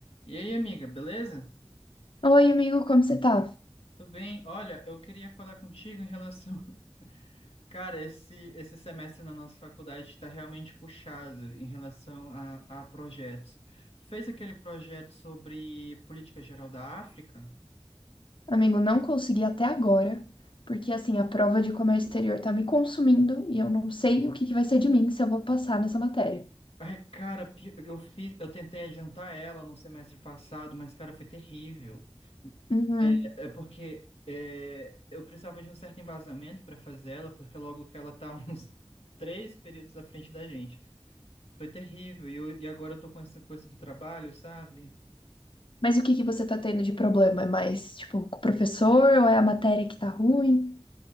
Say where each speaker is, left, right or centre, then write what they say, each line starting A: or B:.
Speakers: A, on the left; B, on the left.
A: E aí, amiga, beleza?
B: Oi, amigo, como você tá?
A: Tudo bem? Olha, eu queria falar contigo em relação. <laughs> Cara, esse, esse semestre na nossa faculdade está realmente puxado em relação a, a projetos. Tu fez aquele projeto sobre política geral da África?
B: Amigo, não consegui até agora, porque assim, a prova de comércio exterior tá me consumindo e eu não sei o que que vai ser de mim se eu vou passar nessa matéria.
A: Ai, cara, pi- eu fiz, eu tentei adiantar ela no semestre passado, mas, cara, foi terrível.
B: Uhum.
A: É, é porque é, eu precisava de um certo embasamento para fazer ela, porque logo que ela tá <laughs> uns três períodos à frente da gente. Foi terrível. E, eu- e agora eu tô com essa coisa do trabalho, sabe?
B: Mas o que que você tá tendo de problema? É mais, tipo, com o professor ou é a matéria que tá ruim?